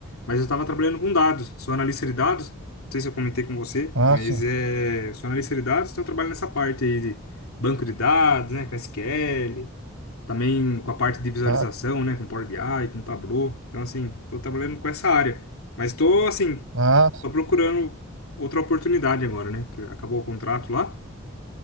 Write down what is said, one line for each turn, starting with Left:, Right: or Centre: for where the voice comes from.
Left: mas eu tava trabalhando com dados. Sou analista de dados. Não sei se eu comentei com você,
Right: Ah,
Left: mas
Right: sim.
Left: é... sou analista de dados, então eu trabalho nessa parte aí de banco de dados, né? Com SQL. também com a parte de visualização,
Right: Ah,
Left: né, com Power BI, com Tableau. Então, assim, tô trabalhando com essa área. Mas tô, assim,
Right: ah,
Left: tô procurando outra oportunidade agora, né, que acabou o contrato lá.